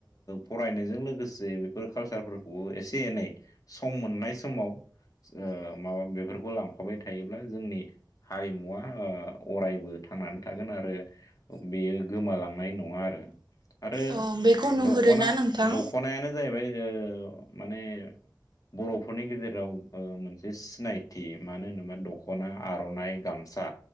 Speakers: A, on the left; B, on the right.
A: फरायनायजों लोगोसे बेफोर कालसारफोरखौबो एसे एनै। सम मोननाय समाव ओ माबा बेफोरखौ लांफाबाय थायोब्ला जोंनि हारिमुवा अरायबो ओ थांनानै थागोन आरो बेयो गोमालांनाय नंङा आरो आरो
B: औ बेखौ नुहुरोना
A: दख'ना
B: नोंथां
A: दख'नायानो जाहैबाय माने बर'फोरनि गेजेराव मोनसे सिनायथि मानो होनोबा दख'ना आर'नाइ गामसा